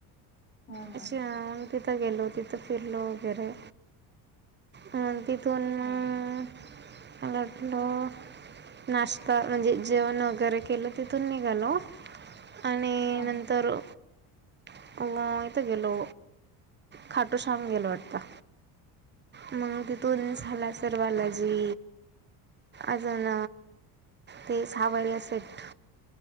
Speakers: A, on the left; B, on the right.
A: हा हा
B: अच्छा! तिथं गेलो तिथं फिरलो वगैरे, मग तिथून मग-
A: हा
B: उठलो, - नाश्ता म्हणजे जेवण वगैरे केलं तिथून निघालो. आणि
A: हा
B: नंतर अ इथं गेलो, खाटो शाम गेलो वाटत. मग तिथून झाला सर्वाला जी. अजून ते सावरिया सेट.